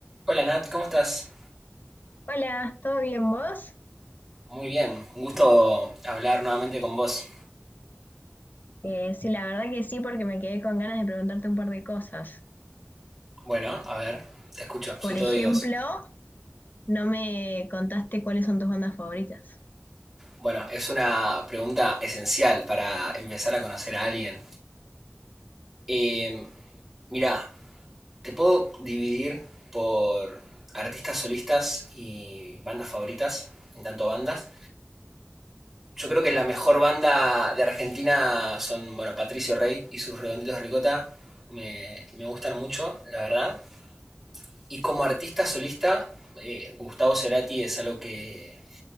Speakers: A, in the centre; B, on the left (about 45°).
A: Hola Nat, ¿cómo estás?
B: Hola, ¿todo bien vos?
A: Muy bien, un gusto hablar nuevamente con vos.
B: Eh, sí, la verdad que sí, porque me quedé con ganas de preguntarte un par de cosas.
A: Bueno, a ver, te escucho, soy
B: Por
A: todo
B: ejemplo,
A: oídos.
B: no me contaste cuáles son tus bandas favoritas.
A: Bueno, es una pregunta esencial para empezar a conocer a alguien. Eh, mira, te puedo dividir por artistas solistas y bandas favoritas, en tanto bandas. Yo creo que la mejor banda de Argentina son, bueno, Patricio Rey y sus Redonditos de Ricota. Me, me gustan mucho, la verdad. Y como artista solista, eh, Gustavo Cerati es algo que